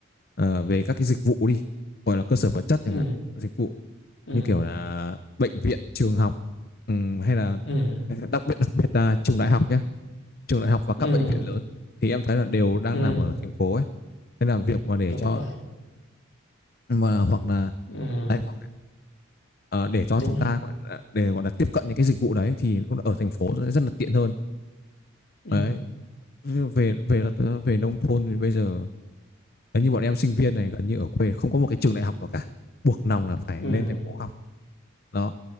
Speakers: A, on the left (about 50°); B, on the left (about 65°).
A: ờ, về các cái dịch vụ đi, gọi là cơ sở vật chất chẳng
B: ừ
A: hạn, dịch vụ
B: ừ
A: như kiểu là bệnh viện, trường học ừm, hay là
B: ừ
A: <laughs> đặc biệt đặc biệt là trường đại học nhé, trường đại học và các
B: ừ
A: bệnh viện lớn thì em thấy là đều đang
B: ừ
A: nằm ở thành phố ấy. Nên là việc mà để
B: đúng
A: cho
B: rồi
A: mà hoặc là
B: ừ
A: đấy, hoặc là, ờ, để cho
B: đúng
A: chúng ta
B: rồi
A: gọi là, để gọi là tiếp cận những cái dịch vụ đấy thì lúc ở thành phố sẽ rất là tiện hơn
B: ừ
A: đấy Như về về là- ờ, về nông thôn thì bây giờ đấy, như bọn em sinh viên này gần như ở quê không có một cái trường đại học nào cả buộc lòng là phải
B: ừ
A: lên thành phố học đó